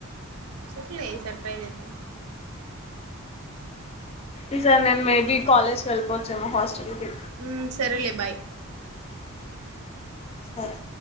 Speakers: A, on the right; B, on the left.
A: <unintelligible> ట్రై చేద్దాం
B: ఈసారీ నేను మేబి కాలేజ్ కి వెళ్ళిపోవచ్చామో హాస్టల్ కి
A: ఉమ్ సరేలే బాయ్
B: <unintelligible> సరే